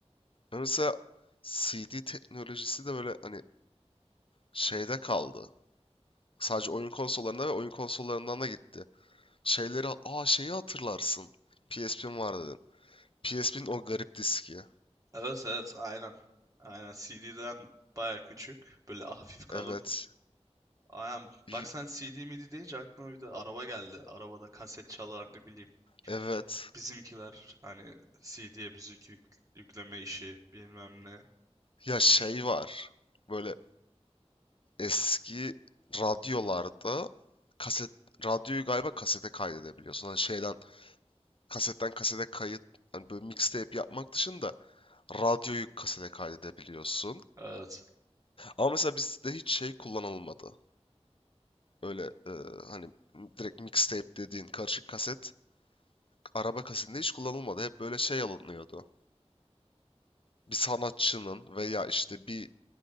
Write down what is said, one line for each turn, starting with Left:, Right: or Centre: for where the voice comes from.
Left: Ve mesela CD teknolojisi de böyle hani şeyde kaldı. Sadece oyun konsollarına ve oyun konsollarından da gitti. Şeyleri, aa şeyi hatırlarsın. PSP'm var dedin. PSP'nin o garip diski.
Right: Evet, evet. Aynen. Aynen. CD'den baya küçük. Böyle hafif kalın.
Left: Evet.
Right: Aynen.
Left: Y-
Right: Bak sen CD midi deyince aklıma bir de araba geldi. Arabada kaset çalar ne bileyim.
Left: Evet.
Right: Bizimkiler hani CD'ye müzik yük- yükleme işi bilmem ne.
Left: Ya şey var. Böyle eski radyolarda kaset radyoyu galiba kasete kaydedebiliyorsun. Hani şeyden kasetten kasete kayıt hani böyle mixtape yapmak dışında radyoyu kasete kaydedebiliyorsun.
Right: Evet.
Left: Ama mesela bizde hiç şey kullanılmadı. Öyle e, hani direkt mixtape dediğin karışık kaset araba kasinde hiç kullanılmadı. Hep böyle şey alınıyordu. Bir sanatçının veya işte bir